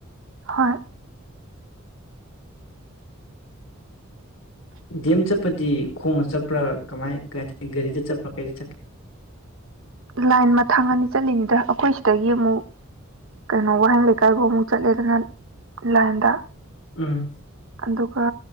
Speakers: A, on the right; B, on the left.
A: ꯍꯣꯏ
B: ꯗꯤꯑꯦꯝ ꯆꯠꯄꯗꯤ ꯈꯣꯡꯅ ꯆꯠꯄ꯭ꯔꯥ ꯀꯃꯥꯏ ꯒꯥꯔꯤꯗ ꯆꯠꯄ꯭ꯔꯥ ꯀꯩꯗ ꯆꯠꯀꯦ
A: ꯂꯥꯏꯟ ꯃꯊꯥꯡ ꯑꯅꯤ ꯆꯠꯂꯤꯅꯤꯗ ꯑꯩꯈꯣꯏ ꯁꯤꯗꯒꯤ ꯑꯃꯨꯛ ꯀꯩꯅꯣ ꯋꯥꯍꯦꯡ ꯂꯩꯀꯥꯏꯐꯥꯎ ꯑꯃꯨꯛ ꯆꯠꯂꯦꯗꯅ ꯂꯥꯏꯟꯗ
B: ꯎꯝ
A: ꯑꯗꯨꯒ